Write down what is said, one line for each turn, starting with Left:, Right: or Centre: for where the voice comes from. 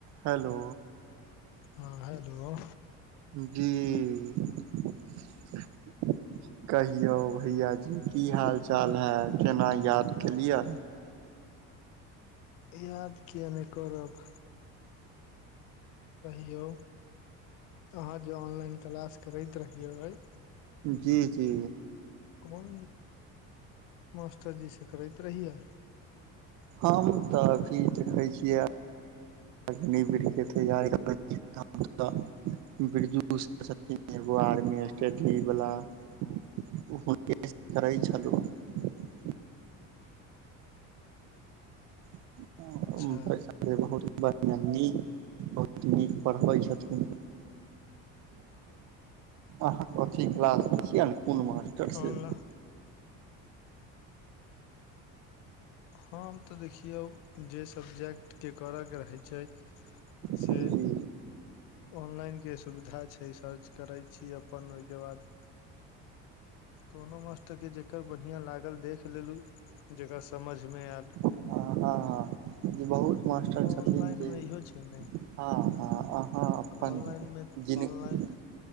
Right: हेलो
Left: हँ हेलो।
Right: जी। कहियौ भैय जी, की हाल चाल है केना याद के लियै।
Left: याद किया नैय करब। कहियौ आहाँ जे ऑनलाइन क्लास करैत रहियै।
Right: जी- जी।
Left: कोन मास्टरजी से करैत रहियै।
Right: हम तऽ अभी देखै छियै। <unintelligible> बिरजू छथिन एगो आर्मी स्टडी वला। <unintelligible> <unintelligible>
Left: अच्छा
Right: बहुत बढ़ियां नीक बहुत नीक पड़बै छथिन। आहाँ कथी क्लास में छियै कोन मास्टर से?
Left: ऑनलाइन हम तऽ देखियौ जे सबजेक्ट के करैयके रहै छैय से
Right: जी
Left: ऑनलाइन के सुविधा छै, सर्च करै छी अपन ओय के बाद कोनो मास्टर के जकर बढ़ियां लागल देख लेलु जेकर समझ मे एल।
Right: ह- हँ- हँ, जे बहुत मास्टर
Left: ऑनलाइन
Right: छथिन जे,
Left: मे इहो छै ने
Right: हँ -हँ आहाँ अपन
Left: ऑनलाइन मे
Right: जिनगी
Left: ऑनलाइन